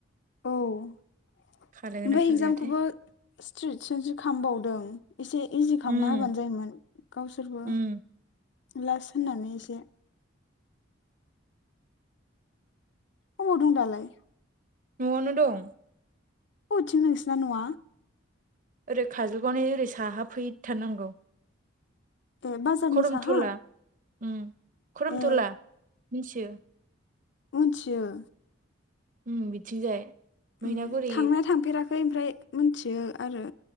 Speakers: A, on the left (about 60°); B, on the right (about 40°).
A: औ ओमफ्राय
B: खालायगोन ना खालायाथाय
A: इगजामखौबो स्ट्रिट सेनसो खामबावदों। एसे इजि खामना
B: उम
A: होबानो जायोमोन गावसोरबो
B: उम
A: लास्ट होननानै एसे। अबाव दं दालाय?
B: न'वावनो दं।
A: अबेथिं नोंसिना न'वा?
B: ओरै खाजलगावनि ओरै साहा फैथारनांगौ।
A: ए बाजारनि
B: खरमथला
A: साहा
B: उम खरमथला
A: ए
B: मिथियो?
A: मोनथियो‌
B: उम बिथिंजाय मैनागुरि
A: उम थांनाया थांफेराखै ओमफ्राय मोनथियो आरो।